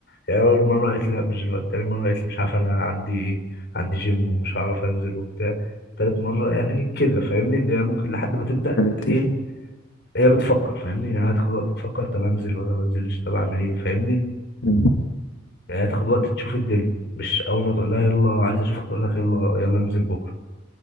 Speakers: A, on the left (about 55°); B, on the left (about 80°).
A: يعني اول مره قالت لي لا مش دلوقتي تاني مره قالت لي مش عارف انا عندي ايه عندي جيم ومش هعرف انزل وبتاع تالت مره يعني كده فاهمني اللي هي ممكن لحد ما تبدا
B: كانت
A: ايه
B: ايه
A: هي بتفكر فاهمني يعني هتاخد وقت تفكر طب انزل ولا ما انزلش طب اعمل ايه فاهمني
B: مم.
A: يعني هتاخد وقت تشوف الدنيا مش اول ما تقول لها يلا عايز اشوفك تقول لك يلا يلا ننزل بكره